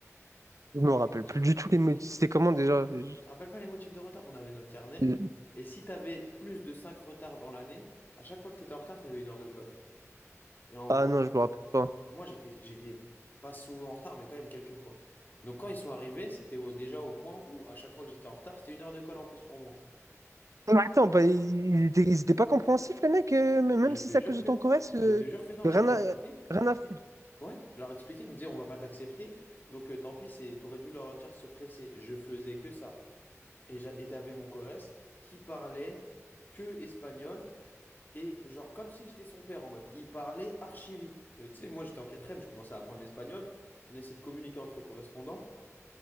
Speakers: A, on the right (about 80°); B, on the left (about 40°).
A: Je me rappelle
B: Les motifs-
A: plus du tout les mots. C'était comment déjà? Je-
B: Tu te rappelles pas les motifs de retard? On avait notre carnet
A: je-
B: et si t'avais plus de 5 retards dans l'année, à chaque fois que t'étais en retard, t'avais une heure de colle. Et en
A: Ah
B: gros,
A: non, je me rappelle pas.
B: Moi, j'étais, j'étais pas souvent en retard, mais quand même quelques fois. Donc, quand ils sont arrivés, c'était au- déjà au point où, à chaque fois que j'étais en retard, c'était une heure de colle en plus pour moi.
A: Mais attends,
B: Et
A: bah, ils ils étaient, ils étaient pas compréhensifs, les mecs, euh, m- même
B: je
A: si
B: te
A: c'est
B: jure
A: à cause de
B: que
A: ton
B: non.
A: Corrèze, euh,
B: Je te jure que non.
A: rien
B: Je leur
A: à,
B: ai expliqué.
A: rien à foutre.
B: Et- Ouais, je leur ai expliqué. Ils me disaient, on va pas t'accepter. Donc, euh, tant pis, c'est, t'aurais dû leur dire de se presser. Je faisais que ça. Et j'a- et t'avais mon Corrèze qui parlait que espagnol. Et genre, comme si j'étais son père en mode. Il parlait archi vite. Euh, tu sais, moi, j'étais en quatrième, je commençais à apprendre l'espagnol. On essayait de communiquer entre correspondants.